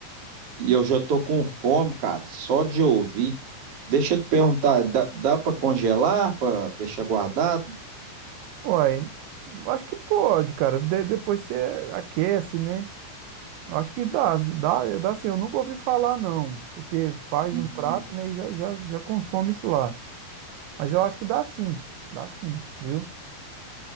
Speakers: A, on the right; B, on the right.
A: e eu já tô com fome, cara, só de ouvir. Deixa eu te perguntar, dá, dá para congelar, para deixar guardado?
B: Uai, eu acho que pode, cara. De- depois você aquece, né? Eu acho que dá, dá, dá assim. Eu nunca ouvi falar, não, porque faz
A: Hum.
B: um prato, né, e já, já, já consome isso lá. Mas eu acho que dá sim, dá sim, viu?